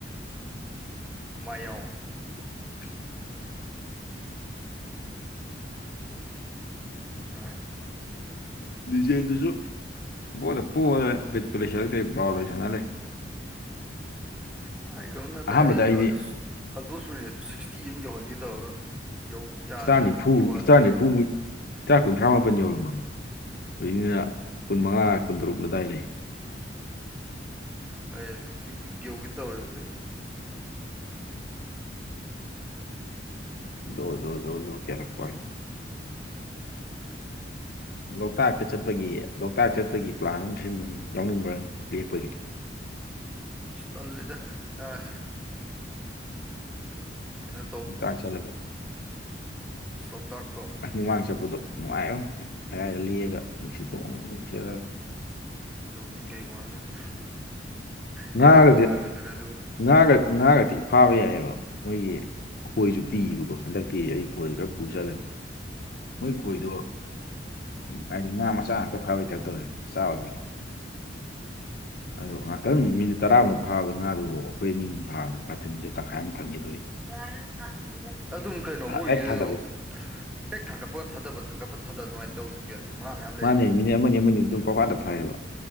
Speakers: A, in the centre; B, on the left.
A: ꯃꯥ ꯌꯥꯎꯕꯅꯦ
B: <unintelligible>
A: <unintelligible>
B: ꯂꯤꯖꯦꯟꯗꯨꯁꯨ ꯒꯣꯗꯅ ꯄꯣꯗꯅ ꯕꯤꯠꯄꯨ ꯂꯩꯁꯤꯜꯂꯛꯇ꯭ꯔꯦ ꯕ꯭ꯔꯥꯎ ꯑꯣꯏ ꯁꯥꯟꯅ ꯂꯩ
A: ꯍꯥꯏꯒꯨꯝꯅ <unintelligible>
B: ꯑꯍꯥꯟꯕꯗ
A: ꯑꯩ
B: ꯑꯩꯗꯤ
A: ꯑꯜꯁ ꯑꯜꯗꯣꯁ ꯃꯦꯔꯤꯠꯇꯨ ꯁꯤꯛꯁꯇꯤ ꯑꯃ ꯌꯧꯍꯟꯒꯦ ꯇꯧꯔꯒ ꯌꯧ ꯌꯥꯗꯅ
B: ꯏꯁꯇꯥꯔ ꯅꯤꯐꯨ
A: ꯐꯤꯐꯇꯤ ꯋꯥꯟ
B: ꯏꯁꯇꯥꯔ
A: ꯑꯗꯨꯝ
B: ꯅꯤꯐꯨ
A: ꯂꯩ
B: ꯃꯨꯛ ꯁꯇꯥ꯭ꯔ ꯀꯨꯟꯊ꯭ꯔꯥ ꯃꯥꯄꯟ ꯌꯧꯔꯝꯃꯝꯅꯤ ꯍꯧꯖꯤꯛꯁꯤꯅ ꯀꯨꯟꯃꯉꯥ ꯀꯨꯟꯇꯔꯨꯛ ꯑꯗꯥꯏ ꯂꯩ
A: ꯑꯩ ꯏꯄꯤꯛ ꯌꯧꯒꯦ ꯇꯧꯔꯤ
B: ꯖꯣ ꯖꯣ ꯖꯣ ꯖꯣ ꯀꯦꯜꯂꯛꯄꯋꯥꯅꯤ ꯂꯣꯛꯇꯥꯛꯇ ꯆꯠꯄꯒꯤ ꯂꯣꯛꯇꯥꯛ ꯆꯠꯄꯒꯤ ꯄ꯭ꯂꯥꯟ ꯑꯃ ꯁꯤꯟꯕꯅꯤꯅꯤ ꯌꯥꯎꯅꯤꯡꯕ꯭ꯔ ꯂꯦꯛꯄꯒꯤꯅꯤ
A: ꯑꯁ ꯇꯜꯂꯤꯗ ꯍꯧꯖꯤꯛꯀꯥꯥꯟꯁꯦ ꯀꯩꯅꯣ
B: ꯂꯣꯛꯇꯥꯛ ꯆꯠꯂꯒꯦ
A: ꯂꯣꯛꯇꯥꯛ
B: ꯃꯃꯥꯡ ꯆꯠꯄꯗꯣ ꯅꯨꯡꯉꯥꯏꯉꯣ ꯃꯌꯥꯏꯗ ꯂꯤꯔꯒ ꯅꯨꯡꯁꯤꯠꯀ ꯍꯨꯝ ꯍꯨꯝ ꯁꯤꯠꯂꯒ
A: ꯗꯨꯕꯨꯗꯤ ꯀꯩ ꯋꯥꯅꯣꯅꯦ ꯀꯩꯗꯧ
B: ꯉꯥꯒꯗꯤ
A: ꯅꯨꯡꯉꯥꯏꯔꯣꯏꯗꯣꯏꯅꯣ ꯑꯗꯨ
B: <unintelligible> ꯐꯥꯕ ꯌꯥꯏꯑꯦꯕ ꯃꯣꯏꯒꯤ ꯈꯣꯏꯁꯨ ꯄꯤꯌꯦꯕꯀꯣ ꯍꯟꯗꯛꯇꯤ ꯑꯩ ꯈꯣꯏ ꯈꯔ ꯄꯨ ꯆꯠꯂꯅꯤ ꯃꯣꯏ ꯈꯣꯏꯗꯣ ꯍꯥꯏꯗꯤ ꯉꯥ ꯃꯆꯥ ꯉꯥꯛꯇ ꯐꯥꯕꯩ ꯊꯥꯏꯞ ꯇꯧꯋꯦ ꯃꯆꯥ ꯑꯣꯏꯕꯒꯤ ꯑꯗꯨ ꯉꯥꯛꯇꯪ ꯃꯤꯅꯤꯠ ꯇꯔꯥꯃꯨꯛ ꯐꯥꯕꯗ ꯉꯥꯗꯨꯕꯨ ꯑꯈꯣꯏ ꯑꯅꯤ ꯑꯍꯨꯝ ꯐꯥꯕꯗ ꯚꯥꯇꯤꯟꯁꯦ ꯇꯪꯈꯥꯏ ꯑꯃꯨꯛ ꯊꯟꯒꯦ ꯇꯧꯏ
A: <unintelligible> ꯑꯗꯨꯝ ꯀꯩꯅꯣ ꯃꯣꯏꯁꯦ
B: ꯍꯦꯛ ꯊꯥꯗꯕ
A: ꯑꯗꯨ ꯍꯦꯛ ꯊꯥꯡꯒꯠꯄꯒ ꯊꯥꯗꯕ ꯊꯥꯡꯒꯠꯄ ꯊꯥꯗꯕ ꯑꯗꯨꯃꯥꯏꯅ ꯇꯧꯏꯅꯤ ꯀꯩꯅꯣ ꯉꯥ ꯃꯌꯥꯝ ꯂꯩꯕꯅꯤꯅ
B: ꯃꯥꯅꯦ ꯃꯤꯅꯤꯠ ꯑꯃꯅꯤ ꯑꯃꯅꯤ ꯑꯗꯨꯝ ꯄꯪꯐꯥꯗ ꯐꯥꯏꯌꯦꯕ